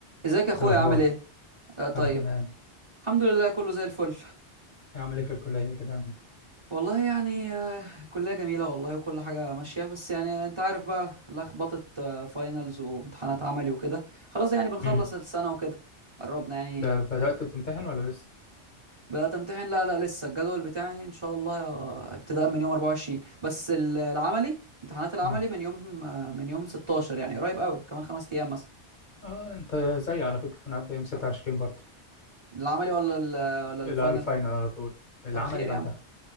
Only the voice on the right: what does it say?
ازيك يا اخويا
عامل ايه آه طيب
الحمد لله كله زي الفل
والله يعني آه الكلية جميلة والله وكل حاجة ماشية بس يعني انت عارف بقى لخبطة آه فاينلز وامتحانات عملي وكده خلاص يعني بنخلص
السنة وكده قربنا يعني
بدأت امتحن لا لا لسه الجدول بتاعي ان شاء الله يا- ابتداء من يوم 24 بس ال- العملي امتحانات العملي
من يوم آه، من يوم 16 يعني قريب قوي كمان خمس ايام مثلا
العملي ولا ال- آه، ولا
الفاينل
طب خير
يا عم